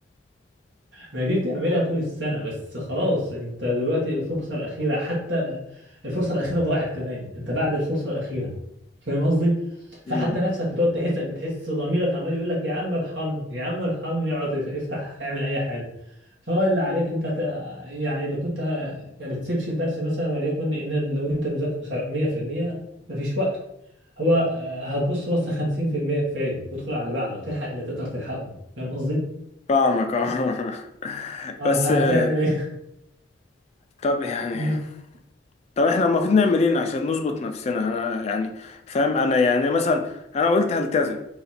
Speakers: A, on the right; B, on the left.
A: ما دي بتعملها طول السنة بس خلاص انت دلوقتي الفرصة الأخيرة حتى الفرصة الأخيرة ضاعت كمان انت بعد الفرصة الأخيرة فاهم قصدي؟ فحتى
B: امم
A: نفسك بتقعد تحس بتحس ضميرك عمال يقول لك يا عم ارحمني يا عم ارحمني اقعد اف- افتح اعمل اي حاجة فهو اللي عليك انت ت... يعني اللي كنت ه- ما بتسيبش الدرس مثلا وليكن ان لو انت مذاكر 100% مفيش وقت هو آه، هتبص بصة 50% كفاية وادخل على اللي بعده هتلحق اللي تقدر تلحقه فاهم قصدي؟
B: فاهمك اه <laughs>
A: اه
B: بس
A: فهتعمل
B: آه، طب يعني
A: ايه؟ <laughs>
B: طب احنا المفروض نعمل ايه عشان نظبط نفسنا انا يعني فاهم انا يعني مثلا انا قلت هلتزم